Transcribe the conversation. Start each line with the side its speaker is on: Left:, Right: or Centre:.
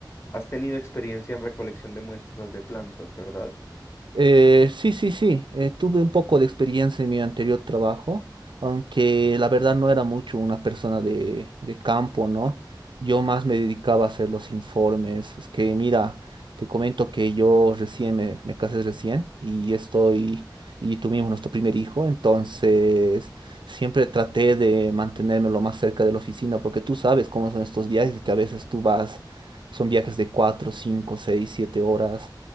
Left: Has tenido experiencia en recolección de muestras de plantas, ¿verdad?
Right: Eh, sí, sí, sí. eh, tuve un poco de experiencia en mi anterior trabajo, aunque la verdad no era mucho una persona de, de campo, ¿no? Yo más me dedicaba a hacer los informes. Es que, mira, te comento que yo recién me, me casé recién y estoy, y tuvimos nuestro primer hijo, entonces siempre traté de mantenerme lo más cerca de la oficina, porque tú sabes cómo son estos viajes, que a veces tú vas, son viajes de cuatro, cinco, seis, siete horas.